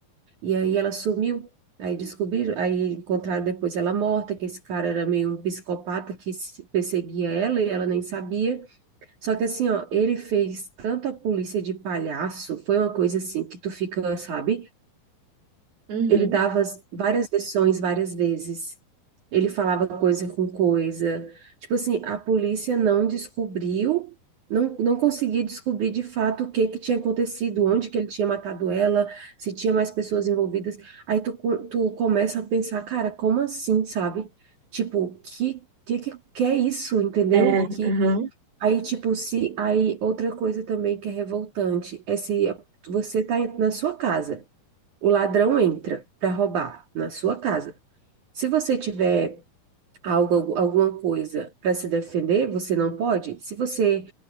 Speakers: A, on the right; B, on the right.
A: E aí ela sumiu. Aí descobriram, aí encontraram depois ela morta, que esse cara era meio um psicopata que se- perseguia ela e ela nem sabia. Só que assim, ó, ele fez tanto a polícia de palhaço, foi uma coisa assim que tu fica, sabe?
B: uhum.
A: Ele dava as- várias versões várias vezes. Ele falava coisa com coisa. Tipo assim, a polícia não descobriu, não, não conseguia descobrir de fato o que que tinha acontecido, onde que ele tinha matado ela, se tinha mais pessoas envolvidas. Aí tu, co- tu começa a pensar, cara, como assim, sabe? Tipo, que que que, que é isso, entendeu?
B: É,
A: Que
B: uhum.
A: aí tipo se aí outra coisa também que é revoltante é se você tá em- na sua casa. O ladrão entra para roubar na sua casa. Se você tiver algo, alguma coisa para se defender, você não pode. Se você